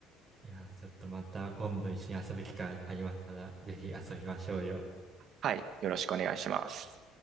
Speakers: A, on the right; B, on the right.
A: いやー、ちょっとまた今度一緒に遊ぶ機会ありましたら、ぜひ遊びましょうよ。
B: はい。よろしくお願いします。